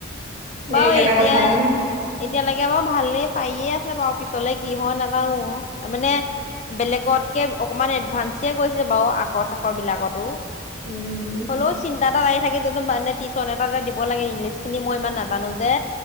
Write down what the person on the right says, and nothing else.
সেই
একেটা
কথাহে
উম